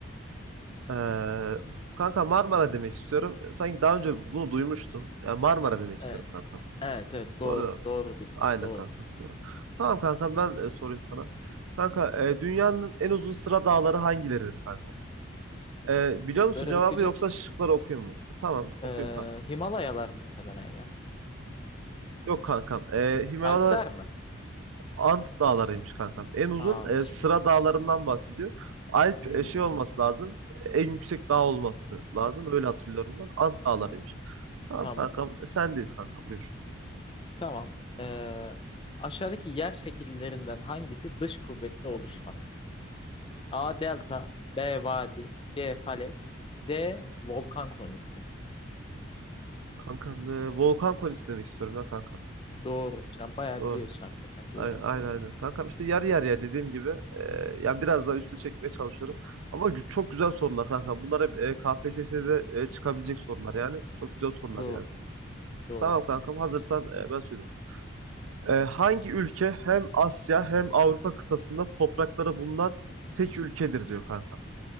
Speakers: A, on the right; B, on the left.
A: Ee, kanka Marmara demek istiyorum. Sanki daha önce bunu duymuştum. Yani Marmara demek
B: Evet.
A: istiyorum kankam.
B: Evet. Evet. Doğru.
A: Doğru değil mi?
B: Doğru bildin.
A: Aynen
B: Doğru.
A: kankam doğru. Tamam kankam ben e, sorayım sana. Kanka e, dünyanın en uzun sıra dağları hangileridir kankam? E, biliyor
B: Şıkları
A: musun cevabı
B: okuyacak
A: yoksa
B: mısın?
A: şıkları okuyayım mı? Tamam okuyayım
B: Ee,
A: kankam.
B: Himalayalar muhtemelen ya.
A: Yok kankam. E, Himalaya,
B: Alpler mi?
A: Ant dağlarıymış kankam. En uzun
B: Aa
A: e,
B: hiçbir.
A: Sıra dağlarından bahsediyor. Alp
B: Hmm,
A: e, şey olması lazım. En yüksek dağ olması lazım. Öyle hatırlıyorum ben. Ant
B: hmm.
A: dağlarıymış. Tamam
B: Tamam.
A: kankam. e, Sendeyiz kankam. Buyur.
B: Tamam. Ee, aşağıdaki yer şekillerinden hangisi dış kuvvetle oluşmaz? A. Delta. B. Vadi. C. Falet. D. Volkan konisi.
A: Kankam e, volkan konisi demek istiyorum ya kankam.
B: Doğru. Sen bayağı
A: Doğru.
B: biliyorsun hakikaten coğrafyayı.
A: Aynen aynen. aynen. Kankam işte yarı yarıya dediğim gibi e,
B: Hı hı
A: yani biraz daha üste çekmeye çalışıyorum. Ama gü- çok
B: hı
A: güzel
B: hı.
A: sorular kankam. Bunlar hep e, KPSS'de e, çıkabilecek sorular yani. Çok güzel sorular
B: Doğru.
A: yani.
B: Doğru.
A: Tamam kankam hazırsan e, ben söylüyorum. Ee, hangi ülke hem Asya hem Avrupa kıtasında toprakları bulunan tek ülkedir diyor kankam.